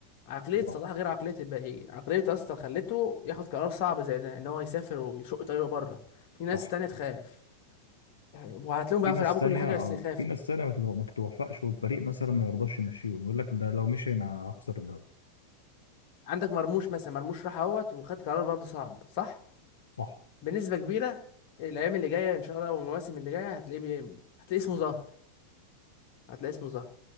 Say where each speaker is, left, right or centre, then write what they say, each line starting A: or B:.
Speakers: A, on the left; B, on the left.
A: عقليه صلاح
B: اه
A: غير عقليه الباقيين عقليه يا اسطى خلته ياخد قرار صعب زي ده ان هو يسافر ويشق طريقه بره في ناس
B: صح
A: تانية تخاف يعني وهتلاقيهم
B: في
A: بيعرفوا
B: ناس
A: يلعبوا
B: تانية
A: كل حاجه بس
B: او
A: يخافوا
B: في ناس تانية ما تتو- ما تتوفقش والفريق مثلا ما يرضاش يمشيهم يقول لك ده لو مشي انا هخسر الدوري
A: عندك مرموش مثلا مرموش راح اهوت وخد قرار برضه صعب صح
B: صح
A: بنسبه كبيره الايام اللي جايه ان شاء الله والمواسم اللي جايه هتلاقيه بي... هتلاقيه اسمه ظهر هتلاقي اسمه ظهر